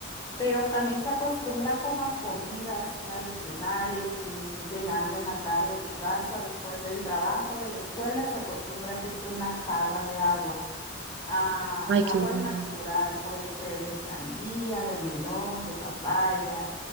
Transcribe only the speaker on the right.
Ay,
qué
bueno.